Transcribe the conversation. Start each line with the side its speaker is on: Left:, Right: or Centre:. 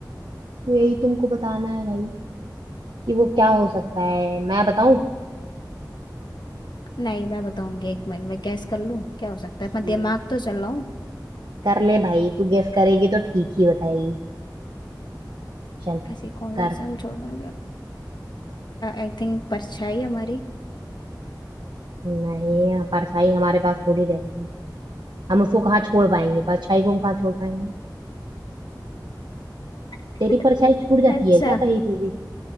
Right: यही तुमको बताना है भाई कि वो क्या हो सकता है मैं बताऊं
Left: नहीं मैं बताऊंगी एक मिनट में गैस कर लूं क्या हो सकता
Right: ठीक
Left: है अपना दिमाग तो चलाऊं
Right: कर ले भाई तू गेस करेगी तो ठीक ही बताएगी चल
Left: ऐसी कौन
Right: कर
Left: सी समझौता आई थिंक परछाई हमारी
Right: नहीं हाँ, परछाई हमारे पास थोड़ी रहती है हम उसको कहाँ छोड़ पाएंगे परछाई को हम कहाँ छोड़ पाएंगे
Left: <laughs>
Right: तेरी परछाई छूट जाती
Left: अच्छा
Right: है क्या कहीं पे भी